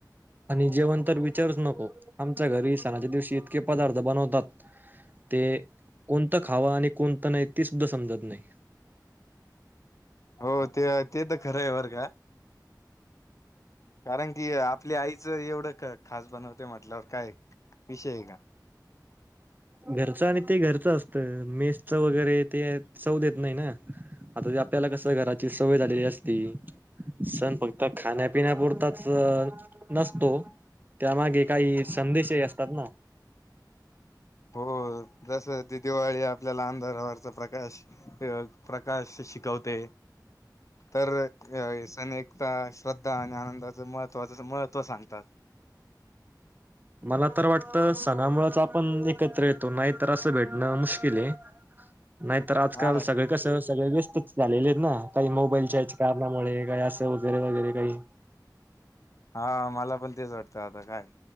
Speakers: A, on the right (about 25°); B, on the left (about 45°).
A: आणि जेवण तर विचारच नको आमच्या घरी सणाच्या दिवशी इतके पदार्थ बनवतात ते कोणतं खावां आणि कोणतं नाही ते सुद्धा समजत नाही
B: हो ते ते तर खरं आहे वर का कारण की आपल्या आईचं एवढं खास बनवते म्हटल्यावर काय विषय आहे का
A: घरचं आणि ते घरचं असतं मेसच वगैरे ते सव देत नाही ना आता आपल्याला कसं घराची सवय आलेली असती सण फक्त खाण्यापिण्यापुरताच नसतो त्यामागे काही संदेशही असत तात ना
B: हो जस दिवाळी आपल्याला अंधारवरवरचा प्रकाश प्रकाश शिकवते तर अ सण एकता श्रद्धा आणि आनंदाच महत्वाच महत्त्व सांगतात
A: मला तर वाटतं सणामुळेच आपण एकत्र येतो नाही तर असं भेटणं मुश्किल आहे नाहीत तर आजकाल
B: हा
A: सगळे कसं सगळे वस् झाले ना काही मोबाईलच्या कारणामुळे काही असं वगैरे वगैरे काही
B: हा मला पण तेच वाटतं आता काय